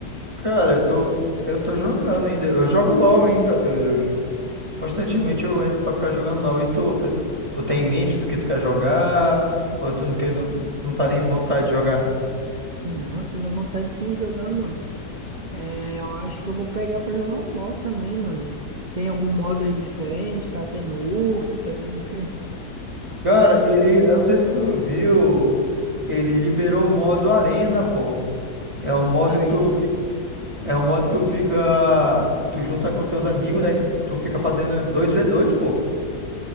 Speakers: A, on the right; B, on the right.
A: Cara, eu tô, eu tô jogando ainda, eu jogo LoL ainda, tô- eu- constantemente
B: Hum.
A: eu entro pra ficar jogando LoL. E tu, tu, tu tem em mente do que tu quer jogar? Ou tu não, quer, não, não tá nem vontade de jogar?
B: Não, eu tô na vontade sim de jogar, mano. É, eu acho que eu vou pegar pra jogar um LoL também, mano. Tem algum modo aí diferente? Tá tendo URF? Tá tendo o quê?
A: Cara, ele, eu não sei se tu viu, ele liberou o modo Arena, pô. É um modo
B: Arena.
A: que tu fica, é um modo que tu fica, tu junta com teus amigos, né? e Tu, tu fica fazendo dois v dois pô.